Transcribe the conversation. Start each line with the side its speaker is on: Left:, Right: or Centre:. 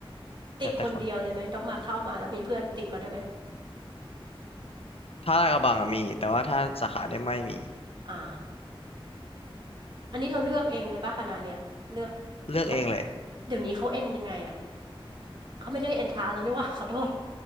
Right: ติดคนเดียวเลยไหมด็อกมาเข้ามาแล้วมีเพื่อนติดมาด้วยไหม
Left: แล้วแต่คนถ้าลาดกระบังอะมีแต่ว่าถ้าสาขาเนี่ยไม่มี
Right: อ่าอันนี้เราเลือกเองเลยป่ะคณะเนี่ยเลือก
Left: เลือกเองเลย
Right: เขาเดี๋ยวนี้เขาเอ็นยังไงอ่ะเขาไม่ได้เอ็นทรานแล้วนี่หว่า <laughs> ขอโทษ